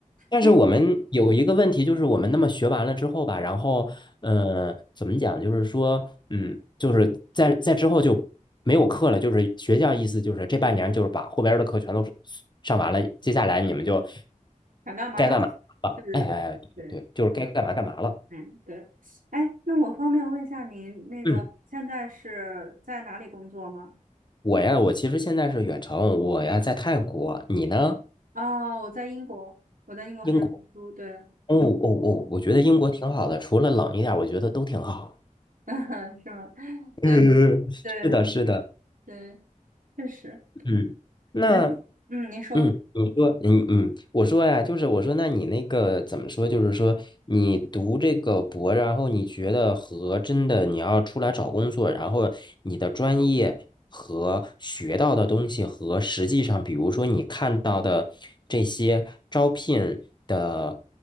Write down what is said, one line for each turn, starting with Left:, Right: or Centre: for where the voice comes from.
Left: 但是我们有一个问题，
Right: 哎，
Left: 就是我们那么学完了之后吧，然后，嗯、怎么讲？就是说，嗯，就是在在之后就没有课了，就是学校意思就是这半年就是把后边儿的课全都是上完了，接下来你们就
Right: 想干嘛干嘛，
Left: 该干嘛了？
Right: 对对对对。
Left: 哎哎，哎对对对，就是该干嘛干嘛了。
Right: 嗯，对。哎，那我方便问一下您，那个现在是在哪里工作吗？
Left: 嗯，我呀，我其实现在是远程，我呀在泰国，你呢？
Right: 啊，我在英国，我在英国还在读书，
Left: 英国。
Right: 对，
Left: 哦哦哦，
Right: 嗯，
Left: 我觉得英国挺好的，除了冷一点儿我觉得都挺好。
Right: <laughs> 是吗？
Left: <laughs>
Right: 对
Left: 嗯，是的，
Right: 对
Left: 是的。
Right: 对，确实，
Left: 嗯那
Right: 感觉，嗯，您说，
Left: 嗯，你说嗯嗯，我说呀，就是我说，那你那个怎么说？就是说，你读这个博，然后你觉得和真的你要出来找工作，然后你的专业和学到的东西和实际上，比如说你看到的这些招聘的